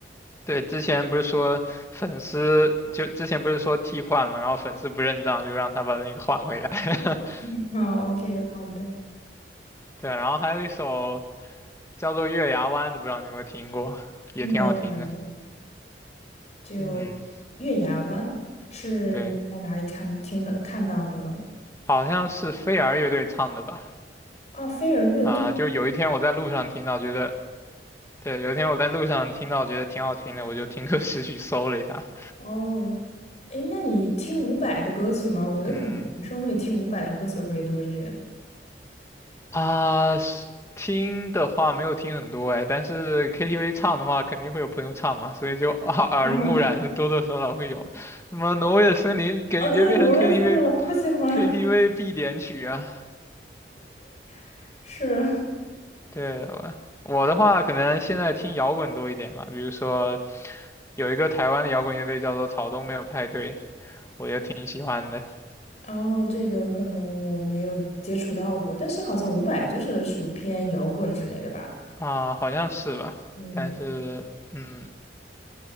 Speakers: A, on the left; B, on the left.
A: 对，之前不是说粉丝就之前不是说替换嘛，然后粉丝不认账，就让他把那个换回来。<laughs>
B: 嗯，<laughs> 好，OK，好的，
A: 对，然后还有一首叫做《月牙湾》的，不知道你有没有听过，也挺好听的。
B: 没有哎，就月牙湾是在哪里看听的看到的呢？
A: 嗯，对，好像是飞儿乐队唱的吧？
B: 哦，飞儿乐队
A: 啊、就有一天我在路上听到，觉得对，有一天我在路上听到，觉得挺好听的，我就听歌识曲 <laughs> 搜了一下。
B: 哦，诶，那你听伍佰的歌曲吗？我觉得可能男生会听伍佰的歌曲会多一点。
A: 嗯
B: <laughs>
A: 啊，是听的话没有听很多哎，但是 KTV 唱的话，肯定会有朋友唱嘛，所以就耳耳濡目染，
B: 嗯，
A: 是多多少少会有。那么《挪威的森林》感觉变成
B: 哦，对，挪威森林我好喜欢，
A: KTV KTV 必点曲啊。
B: <laughs> 是。
A: 对，我我的话可能现在听摇滚多一点吧，比如说有一个台湾的摇滚乐队叫做草东没有派对，我就挺喜欢的
B: 哦，这个可能我没有接触到过，但是好像伍佰就是属偏摇滚之类的吧。
A: 啊，好像是吧，
B: 嗯
A: 但是。嗯，